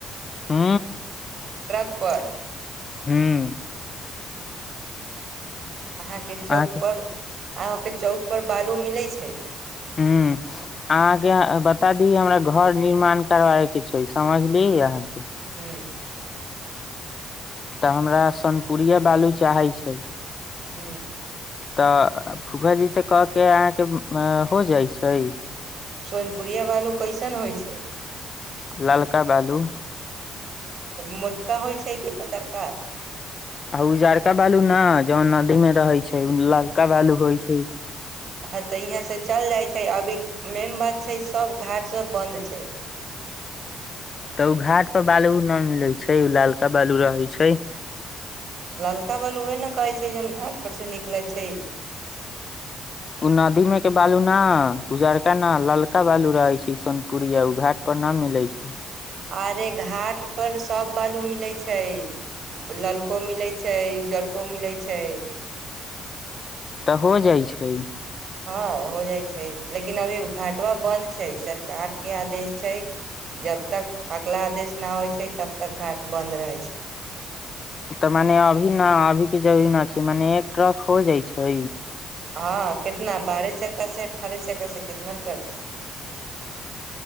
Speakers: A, on the left; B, on the right.
A: हू
B: ट्रक पर
A: हूँ
B: अहाँकेँ चौक
A: अहाँके
B: पर अहाँकेँ चौक पर बालू मिले छै
A: हूँ अहाँकेँ बता दी हमरा घर निर्माण करवै केँ छै समझलिय अहाँकेँ
B: हूँ
A: तऽ हमरा सोनपुरिया बालू चाहै छै
B: हूँ
A: तऽ फूफा जी से कह केँ अहाँकेँ हो जाइ छै
B: सोनपुरिया बालू कैसन होइ छै
A: ललका बालू
B: मोटका होइ छै कि पतरका
A: <inaudible> आ उजड़का बालू ना जौ नदी मे रहै छै ललका बालू होइ छै
B: हेतै सऽ चल जाइ छै अभी मेन बात छै सब घाट सब बंन्द छै
A: तऽ ओ घाट पर बालू न मिले छै उऽ लालका बालू रहै छै
B: ललका बालू उहे न कहै छै जौन घाट पर से निकलै छै
A: ओ नदी मे के बालू न, उजरका ना, ललका बालू रहे छै सोनपुरया उ घाट पर ना मिलै छै
B: आरे घाट पर सब बालू मिलै छै ललको मिलैत छै उज्जरको मिलै छै
A: तऽ हो जाइ छै
B: हँ हो जाइ छै लेकिन अभी घाटवा बंन्द छै सरकार कऽ आदेश छै जब तक अगला आदेश नऽ आबे छै तब तक घाट बन्द रहै छै
A: तऽ मने अभी न अभी के जरूरी न छै मने एक ट्रक हो जाइ छै
B: हँ कितना बारह चक्का से अठारह चक्का से कितना ट्रक छै